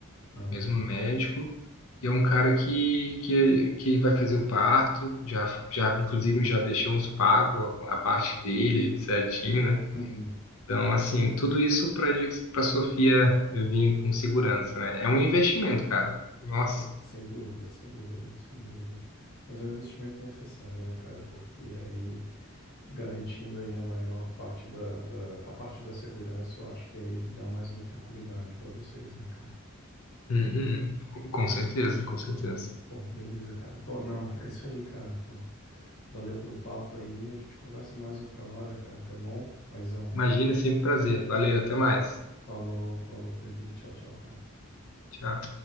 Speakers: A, on the left; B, on the left.
A: Aí.
B: mesmo médico e é um cara que, que, que vai fazer o parto, já, já inclusive já deixou uns pagos a, a parte dele certinho, né?
A: Uhum.
B: Então, assim, tudo isso para a Sofia vir com segurança, né? É um investimento, cara. Nossa.
A: Sem, sem dúvida, sem dúvida, sem dúvida. Mas é um investimento necessário, né, cara? Porque aí, garantindo aí a maior parte da, da, a parte da segurança, eu acho que aí dá mais uma tranquilidade pra vocês, né, cara?
B: Uhum. Com com
A: É,
B: certeza, com certeza.
A: não. Pô, beleza, cara. Pô, não, é isso aí, cara. Pô, valeu pelo papo aí. A gente conversa mais outra hora, cara, tá bom? Paizão.
B: Imagina, sempre um prazer. Valeu, até mais.
A: Falou, falou, Pedro. Tchau, tchau, cara.
B: Tchau.